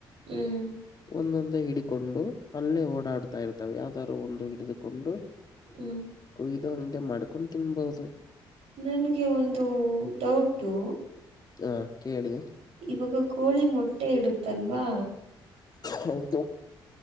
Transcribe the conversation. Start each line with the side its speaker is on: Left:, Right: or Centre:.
Right: ಹ್ಮ್
Left: ಒಂದೊಂದೇ ಹಿಡಿಕೊಂಡು ಅಲ್ಲೇ ಓಡಾಡ್ತಾ ಇರ್ತಾವೆ ಯಾವ್ದಾರರು ಒಂದು ಹಿಡಿದುಕೊಂಡು.
Right: ಹ್ಮ್
Left: ಕುಗ್ದು ಹಂಗೆ ಮಾಡ್ಕೊಂದ್ ತಿನ್ಬೊದು.
Right: ನನ್ಗೆ ಒಂದು ಡೌಟು.
Left: ಹಾ ಕೇಳಿ.
Right: ಇವಾಗ ಕೋಳಿ ಮೊಟ್ಟೆ ಇಡುತಲ್ವಾ.
Left: ಹೌದು.